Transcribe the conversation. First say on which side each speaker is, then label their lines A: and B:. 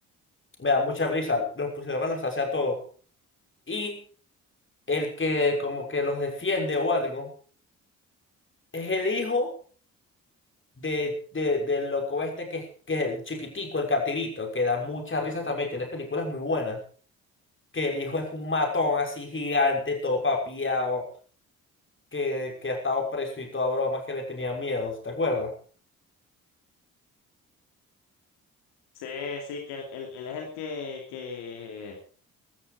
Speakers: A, on the left; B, on the left.
A: Me da mucha risa. Los pusieron a lanzarse a todos. Y el que como que los defiende o algo. Es el hijo de, de, del loco este que es, que es el chiquitico, el captirito, que da muchas risas también, tiene películas muy buenas. Que el hijo es un matón así gigante, todo papiado, que, que ha estado preso y toda broma, que le tenía miedo, ¿te acuerdas?
B: Sí, sí, que él, él- él es el que, que